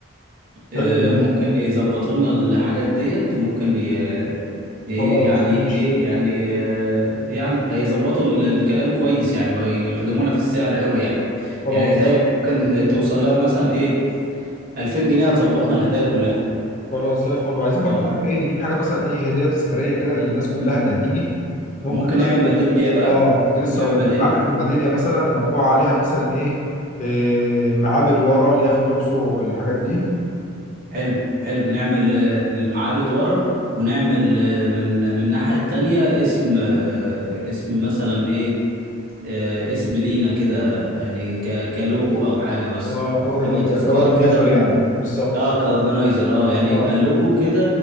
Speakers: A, on the right; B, on the left.
A: آه،
B: حلو ده
A: ممكن يظبطوا لنا الحاجات ديت وممكن ي... إيه
B: خلاص
A: يعني
B: ماشي
A: ايه يعني آه يعني هيظبطوا ال- الكلام كويس يعني وهيخدمونا في السعر قوي يعني
B: خلاص
A: يعني هدايا ممكن توصل لها مثلا ايه 2000 جنيه هتظبطنا الهدايا كلها
B: خلاص زي الفل وعايزين برضو
A: اه
B: عارف ايه نجيب حاجه مثلا ايه هديه تذكاريه كده للناس كلها اللي هتيجي ممكن
A: ممكن نعمل
B: مثلا
A: ميدالية بقى
B: اه كنت
A: ممكن
B: لسه
A: نعمل
B: اقول
A: ميدالية
B: لك عارف الميداليه مثلا مطبوع عليها مثلا ايه, إيه معابد ورا اللي هي في الاقصر والحاجات دي
A: حلو حلو نعمل آه، المعابد ورا ونعمل آه، من من الناحية التانية اسم آه، اسم مثلا ايه آه، اسم لينا كده يعني ك- كلوجو او حاجة بس
B: اه كأورن-
A: يبقى تذكار
B: كاورجنايزر
A: كده من
B: يعني بالظبط
A: اه كاورجنايزر اه يعني
B: اه
A: يبقى لوجو كده